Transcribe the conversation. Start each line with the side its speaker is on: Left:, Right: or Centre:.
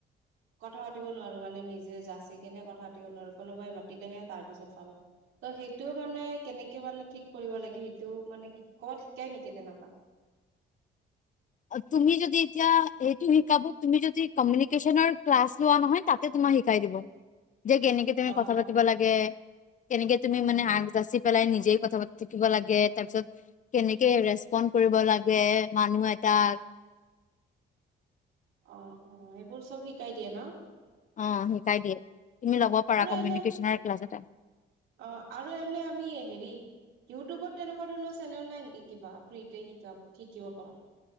Right: কথা পাতিব নোৱাৰো, মানে নিজে যাচি কেনে কথা পাতিব নোৱাৰো, কোনোবাই মাতিলেহে তাৰ পিছত পাৰো। ত' সেইটো মানে, কেনেকে মানে, ঠিক কৰিব লাগে, সেইটোও মানে কি, কৰবাত শিকাই নেকি তেনেকুৱা?
Left: তুমি যদি এতিয়া, এইটো শিকাব তুমি যদি কমিউনিকেচনৰ ক্লাছ লোৱা নহয়, তাতে তোমাৰ শিকাই দিব, যে কেনেকে তুমি
Right: অ
Left: কথা পাতিব
Right: অ
Left: লাগে। কেনেকে তুমি মানে আগ-যাচি পেলাই নিজে কথা পাতি থাকিব লাগে, তাৰ পিছত কেনেকে ৰেচপন কৰিব লাগে, মানুহ এটাক।
Right: অ, অ। সেইবোৰ চব শিকাই দিয়ে ন?
Left: অ শিকাই দিয়ে। তুমি ল'ব পাৰা
Right: আৰু
Left: কমিউনিকেশ্যনৰ
Right: এনে
Left: ক্লাছ এটা।
Right: অ। আৰু এনে আমি, হেৰি ইউটিউবত তেনেকুৱা ধৰণৰ চেনেল নাই নেকি কিবা? ফ্ৰীতে শিকা, শিকিব পাৰা।